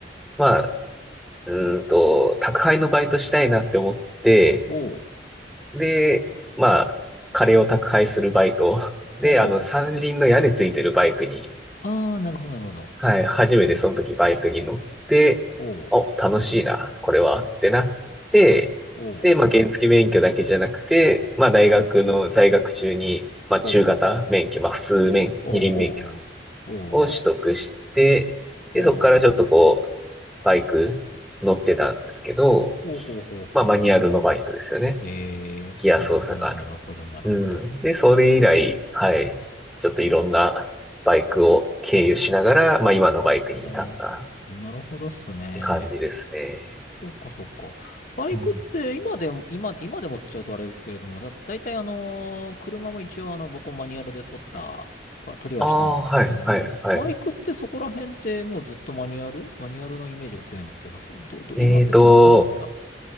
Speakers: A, in the centre; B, on the left.
A: まあ、うーんと、宅配のバイトしたいなって思って、
B: お
A: で、まあ、カレーを宅配するバイト。で、
B: ほほほほ
A: あの、三輪の屋根ついてるバイクに、
B: ああなるほどなるほど
A: はい、初めてその時バイクに乗って、
B: おお
A: お、楽しいな、これは、ってなって、
B: お
A: で、まあ、原付免許だけじゃなくて、まあ、大学の在学中に、
B: お
A: まあ、
B: おお
A: 中型免許、まあ、普通免、
B: おおお
A: 二輪免許を取得して、
B: おおおお
A: で、そこからちょっとこう、バイク乗ってたんですけど、
B: ほほほほほほ
A: まあ、マニュアルのバイクですよね。
B: えー、
A: ギア操作がある。
B: なるほど、なるほど、なるほど。
A: うん。で、それ以来、はい。ちょっといろんなバイクを経由しながら、まあ今のバイクに至ったっ
B: ああ、なるほどっすね。
A: て感じですね。
B: そっか、そっか。バイクって今でも、
A: うん。
B: 今、今でもつっちゃうとあれですけれども、だ、だいたいあのー車も一応あの、僕もマニュアルで取った、は、取りはしたんですけれども、
A: ああ、はい、はい、はい。
B: バイクってそこら辺ってもうずっとマニュアルマニュアルのイメージが強いんですけど、そう、ど、ど、
A: えーと、
B: 今ってどんなんなんですか